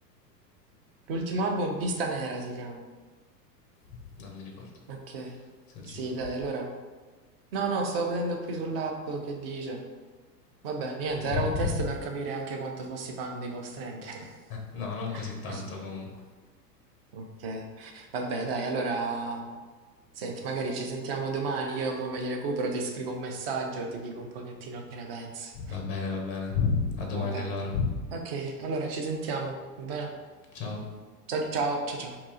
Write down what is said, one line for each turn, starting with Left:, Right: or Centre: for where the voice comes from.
Right: L'ultimo album, Pista Nera si chiama.
Left: No, Non mi ricordo,
Right: Ok.
Left: se lo dici
Right: Sì,
Left: tu.
Right: dai, allora. No, no, stavo vedendo qui sull'app che dice. Vabbè, niente,
Left: Mhm.
Right: era un test per capire anche quanto fossi fan dei Ghost Rider.
Left: No, non
Right: <laughs>
Left: così tanto comunque.
Right: Ok. Vabbè, dai, allora. Senti, magari ci sentiamo domani. Io mo me li recupero, ti scrivo un messaggio e ti dico un pochettino che ne pensi.
Left: Va bene, va bene. A domani
Right: Va bene.
Left: allora.
Right: Ok, allora ci sentiamo, va bene?
Left: Ciao.
Right: Ciao ciao, ciao ciao.